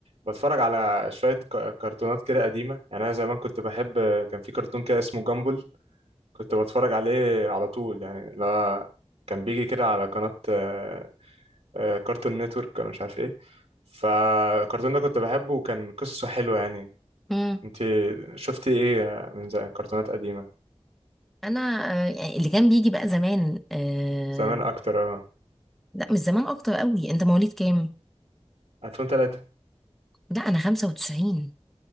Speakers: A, on the right; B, in the centre.
A: بتفرج على شوية ك- كرتونات كده قديمة يعني انا زمان كنت بحب كان في كرتون كده اسمه جامبل كنت بتفرج عليه على طول يعني اللي هو كان بيجي كده على قناة آه، آه، كارتون نتورك انا مش عارف ايه فالكرتون ده كنت بحبه وكان قصته حلوة يعني
B: امم
A: انت شفتي ايه من زمان كرتونات قديمة
B: انا آه، يعني اللي كان بيجي بقى زمان آه
A: زمان اكتر اه
B: لا مش زمان اكتر قوي انت مواليد كام
A: 2003
B: لا انا 95